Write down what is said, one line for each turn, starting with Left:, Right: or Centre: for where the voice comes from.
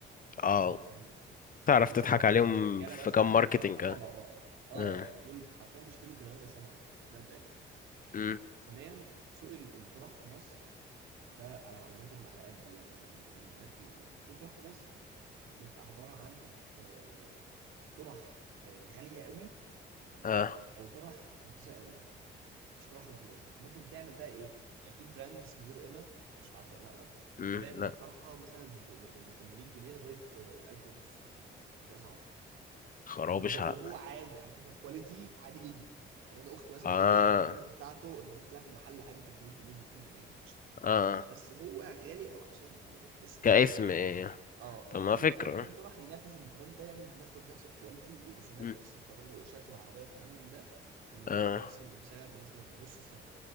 Left: اه
Right: خلينا مقتنعين بده
Left: تعرف
Right: البنات بيشتروا
Left: تضحك
Right: اكتر
Left: عليهم
Right: من الرجاله
Left: في
Right: مثلا
Left: كام ماركتنج
Right: بثلاث اربع
Left: اه
Right: مرات اه
Left: آه،
Right: يعني دول حرفيا بيشتروا كده هو زي السلام عليكم ده مبدئيا
Left: مم.
Right: ثانيا سوق ال- الطرح في مصر ده على معلوماتي اللي على قد يعني من من بنات بيقولوا لي سوق الطرح في مصر بيبقى عباره عن آه، طرح آه، غاليه قوي
Left: اه
Right: او طرح رخيصه قوي مش طرح اللي في الوسط انت ممكن تعمل بقى ايه يعني في براند اسمه يور اما معرفش تعرفه ولا لا
Left: مم،
Right: ده بيعمل
Left: لا
Right: الطرحه مثلا ب- ب- من 800 جنيه لغايه آه، 1000 ونص دي اسعاره
Left: خرابش
Right: وتز-
Left: ها
Right: وهو عادي على فكره كواليتي عادي جدا يعني انا اختي مثلا
Left: آه
Right: بتقول لي ان هو الكواليتي بتاعته انت ممكن تلاقيها في المحل عادي 300 جنيه 200 جنيه قشطه يعني
Left: آه
Right: بس هو غالي قوي عشان هو الاسم
Left: كاسم
Right: بقى
Left: إيه
Right: اه
Left: طب ما
Right: فانت ممكن
Left: فكرة
Right: تعمل براند طرح ينافس البراند ده يعمل ناخد نفس الكواليتي ورسومات
Left: مم.
Right: نفس التنقوشات العربيه والكلام من ده ونبيع
Left: آه
Right: بنفس ال- بسعر مثلا نص السعر